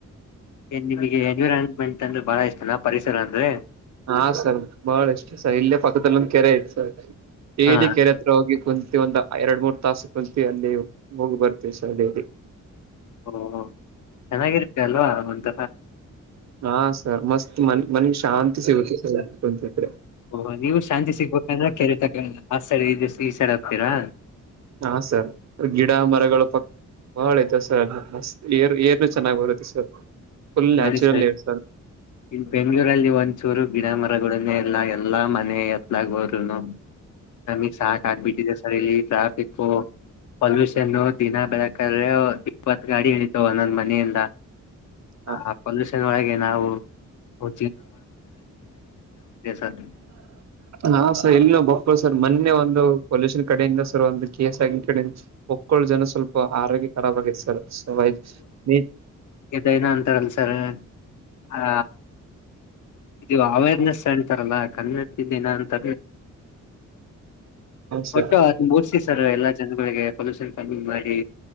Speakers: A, on the left (about 75°); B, on the right (about 60°).
A: ನಿಮಗೆ ಎನ್ವಿರಾನ್ಮೆಂಟ್ ಅಂದ್ರೆ ಬಾಳ ಇಷ್ಟ ಚೆನ್ನ ಪರಿಸರ ಅಂದ್ರೆ
B: ಹಾ ಸರ್ ಬಹಳ ಇಷ್ಟ ಸರ್ ಇಲ್ಲೇ ಪಕ್ಕದಲ್ಲ ಒಂದು ಕೆರೆ ಐ್ತ್ ಸರ್ ಡೇಲಿ
A: ಹಾ
B: ಕೆರೆ ಹತ್ರ ಹೋಗಿ ಕು ಪ್ರ ಒಂದು ಎರಡ್ ಮೂರ್ ತಾಸಕ್ಕಂತು ಅಲ್ಲಿ ಹೋಗಿ ಬರ್ತವಿ ಸದಲ್ಲಿ
A: ಓ ಚೆನ್ನಾಗಿರ್ತೆ ಅಲ್ವಾ ಒಂತ
B: ಹಾ ಸರ್ ಮಸ್ತ್ ಮನ್ ಮನಗ್ ಶಾಂತಿ ಸಿಗುತ್ತೆ ಸರ್ಂತಿದ್ರೆ
A: ಓಹ ನೀವು ಶಾಂತಿ ಸಿಗ್ಬೇಕಂದ್ರೆ ಕೇಳರಿತಕ ಆ ಸೈಡ್ ಈ ಸೈಡ್ ಹಕ್ತೀರಾ
B: ಹಾ ಸರ್ ಗಿಡ ಮರಗಳು ಪಕ್ ಬಾಳ್ದ ಸರ್ ಮತ್ ಏರು ಏರ್ನು ಚೆನ್ನಾಗ್ ಬರುತ್ತೆ ಸರ್ ಫುಲ್ ನ್ಯಾಚುರಲ್
A: ನೋಡಿ ಸರಿ
B: ಏರ್ ಸರ್
A: ಇನ್ ಬೆಂಗ್ಳೂರಲ್ಲಿ ಒಂದ್ ಚೂರು ಗಿಡ ಮ ಡ ಎಲ್ಲ ಎಲ್ಲಾ ಮನೆ ಎತ್ಲಾಗಗ್ಬೋ್ರುನು ನಮಗ್ ಸಾಕ ಆಕ್ಬಿಟ್ಟಿದೆ ಸರ್ ಇಲ್ಲಿ ಟ್ರಾಫಿಕ್ ಪೊಲ್ಯೂಷನ್ನು ದಿನ ಬೆಳಕಾದ್ರೆ ದಪ್ಪತ್ ಗಾಡಿ ಇಳಿತವ ನಂದ ಮನೆಯಿಂದ
B: ಹ
A: ಆ ಪೊಲ್ೂಷನ್ ಒಳಗೆ ನಾವು ಹ ಸರ್
B: ಹಾ ಸರ್ ಇಲ್ಲಿನ ಬಕ್ರು ಸರ್ ಮೊನ್ನೆ ಒಂದು ಪೊಲ್ಯೂಷನ್ ಕಡೆಯಿಂದ ಸರ್ ಒಂದು ಕೇಸ್ ಆಗ ಕಡೆಿಂದ ಒಕ್ಕಳ ಜನ ಸ್ವಲ್ಪ ಆರೋಗ್ಯ ಖರಾಬ್ ಆಗತ್ತು ಸರ್ ಸವ ನೀ
A: ಎದೈನ ಅಂತಾರಲ್ಲ ಸರ್ ಆ ಇದು ಅವೇರ್ನೆಸ್ ಸೆಂಟರ್ ಅಲ್ಲ ಕನ್ನ ಅಂತ
B: ಸರ್
A: ಒಟ್ಟು ಅದು ಮುಡ್ಿಸಿ ಸರ್ ಎಲ್ಲಾ ಜನಗಳಿಗೆ ಪೊಲ್ೂಷನ್ ಕಮ್ಮಿ ಮಾಡಿ